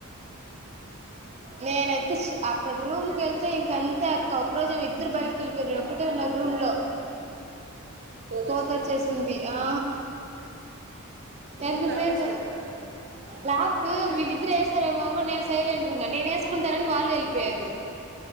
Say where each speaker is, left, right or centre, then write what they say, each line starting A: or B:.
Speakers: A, on the right (about 30°); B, on the right (about 55°).
A: నేనైతే సు అక్కడ రూమ్ కేళ్తే ఇంకంతే అక్క ఒక్క రోజు ఏమో ఇద్దరు బైటి కేళ్ళిపోయరు నేనొక్కటే ఉన్న రూమ్లో
B: కోతి
A: కోతచ్చేసింది
B: వచ్చిందా
A: ఆ
B: రూమ్
A: ఎంతసేపు
B: లాక్ ఏసుకొన్నారా టు
A: లాక్ వీళ్ళిద్దరు వేసారేమో అనుకో నేను సైలెంట్ ఉన్న నేను వేసుకుంటానని వాళ్ళు వెళ్ళిపోయారు